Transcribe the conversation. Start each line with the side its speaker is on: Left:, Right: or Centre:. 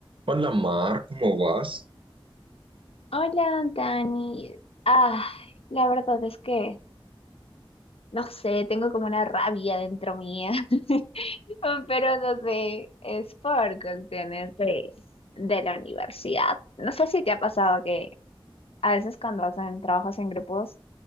Right: Hola Mar, ¿cómo vas?
Left: Hola, Dani. Ah, la verdad es que, no sé, tengo como una rabia dentro mía, <laughs> pero no sé, es por cuestiones de, de la universidad. No sé si te ha pasado que a veces cuando hacen trabajos en grupos,